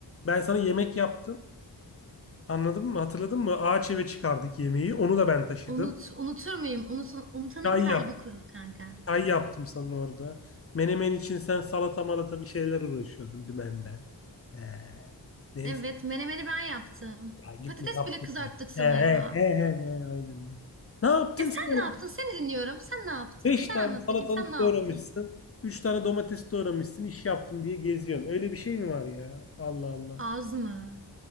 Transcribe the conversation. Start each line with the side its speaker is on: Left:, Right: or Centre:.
Left: ben sana yemek yaptım. Anladın mı? Hatırladın mı? Ağaç eve çıkardık yemeği. Onu da ben taşıdım.
Right: Unut, unutur muyum? Unutun, unutanın
Left: Çay
Right: kalbi
Left: yap,
Right: kurur kanka.
Left: çay yaptım sana orada. Menemen için sen salata malata bir şeyler uğraşıyordun dümenden. He. Neyse
Right: Evet, menemeni ben yaptım.
Left: ya git
Right: Patates
Left: ne yaptın?
Right: bile kızarttık sana
Left: He he
Right: ya.
Left: he he he aynen he. Ne yaptın
Right: Ya sen
Left: sen?
Right: ne yaptın? Seni dinliyorum. Sen ne yaptın?
Left: Beş
Right: Sen
Left: tane
Right: anlat
Left: salatalık
Right: bakayım. Sen ne yaptın?
Left: doğramışsın. Üç tane domates doğramışsın. iş yaptım diye geziyorsun. Öyle bir şey mi var ya? Allah Allah.
Right: Az mı?